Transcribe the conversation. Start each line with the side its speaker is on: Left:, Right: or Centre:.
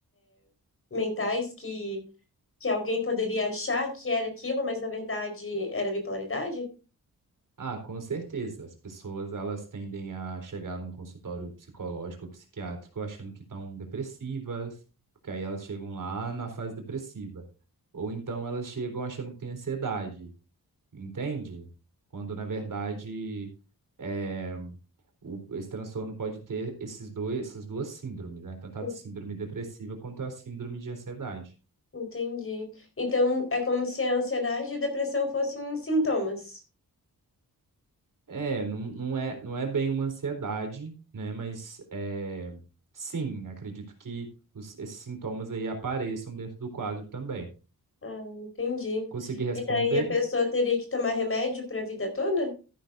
Left: mentais que que alguém poderia achar que era aquilo, mas na verdade era bipolaridade?
Right: Ah, com certeza. As pessoas elas tendem a chegar num consultório psicológico ou psiquiátrico achando que estão depressivas, porque aí elas chegam lá na fase depressiva. Ou então elas chegam achando que têm ansiedade. entende? Quando na verdade é, o- esse transtorno pode ter esses dois, essas duas síndromes, né? Tanto a
Left: Hum,
Right: síndrome depressiva quanto a síndrome de ansiedade.
Left: Entendi. Então é como se a ansiedade e a depressão fossem sintomas.
Right: É, não, não é, não é bem uma ansiedade, né? Mas é, sim, acredito que os- esses sintomas aí apareçam dentro do quadro também.
Left: Ah, entendi.
Right: Conseguir responder?
Left: E daí a pessoa teria que tomar remédio para a vida toda?